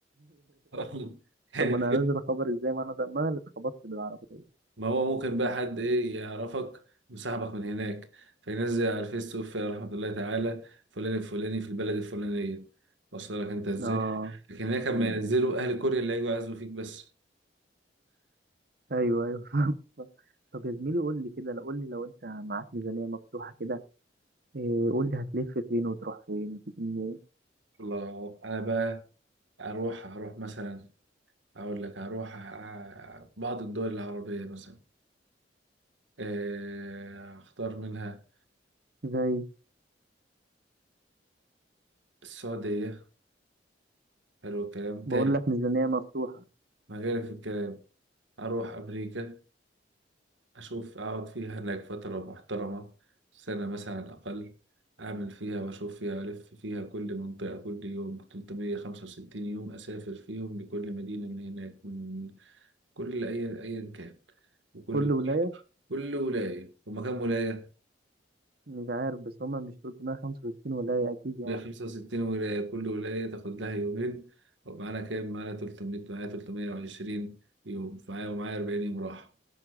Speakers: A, on the right; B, on the right.
A: <laughs> يعني
B: طب ما أنا هنزل أخبر إزاي ما أنا ده ما أنا اللي اتخبطت بالعربية
A: ما هو ممكن بقى حد ايه يعرفك وصاحبك من هناك فينزل على الفيس توفي رحمة الله تعالى فلان الفلاني في البلد الفلانية وصل لك انت ازاي
B: آه
A: لكن هناك لما
B: أمم.
A: ينزلوا اهل كوريا اللي هيجوا يعزوا فيك بس
B: أيوه أيوه <laughs> فاهم. طب يا زميلي قول لي كده لو قول لي لو أنت معاك ميزانية مفتوحة كده إيه، قول لي هتلف فين وتروح فين وتيجي منين
A: الله انا بقى اروح اروح مثلا اقول لك اروح ع- بعض الدول العربية مثلا آه، اختار منها
B: زي
A: السعودية حلو الكلام تاني
B: بقول لك ميزانية مفتوحة
A: ما غير في الكلام اروح امريكا أشوف أقعد فيها هناك فترة محترمة سنة مثلا على الأقل أعمل فيها وأشوف فيها ألف فيها كل منطقة كل يوم 365 يوم أسافر فيهم لكل مدينة من هناك من كل أي أيا كان وكل
B: كل ولاية
A: كل ولاية ومكان ولاية
B: مش عارف بس هما مش 365 ولاية أكيد يعني
A: ليا 65 ولاية كل ولاية تاخد لها يومين ومعانا كام؟ معانا 300 معايا 320 يوم معايا ومعايا 40 يوم راحة